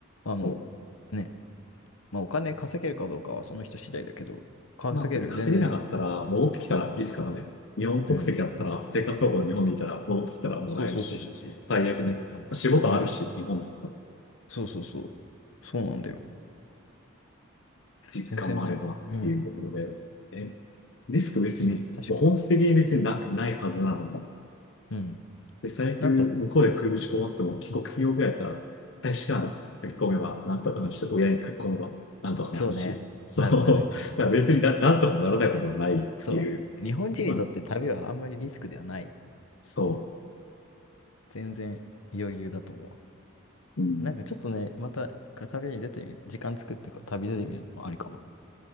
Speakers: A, on the left (about 60°); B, on the left (about 85°).
A: そう。
B: あの、ね、まあお金稼げるかどうかはその人次第だけど、稼げる、
A: まあ別に稼げなかったら戻ってきたらいいですからね。
B: 全然。うん。
A: 日本国籍あったら、
B: うん。
A: 生活保護日本でいたら戻ってきたらもらえるし、
B: そうそうそうそうそう。
A: 最悪ね。
B: それを。
A: 仕事あるし、
B: うん。
A: 日本だったら
B: そうそうそう。そうなんだよ。
A: 実家もあればっていうところで、
B: 全然ね。うん。
A: え、リスク別に、
B: うん、確かに。
A: もう本質的に別になく、ないはずなのに。
B: うん。
A: で、最悪向こうで食いぶち困っても帰国企業ぐらいだったら、
B: なんか、
A: 大使館書き込めばなんとかなるし、親に書き込めばなんとかなるし、
B: そうね。
A: そう、
B: なるなる。
A: だから別にな、なんとかならないこともないっていう、
B: そう。日本人にとって旅はあんまりリスクではない。
A: そんな、そ
B: 全然余裕だと思
A: う、うん、
B: う。なんかちょっとね、またか旅に出てみる、時間作ってか旅出てみるのもありかもよ。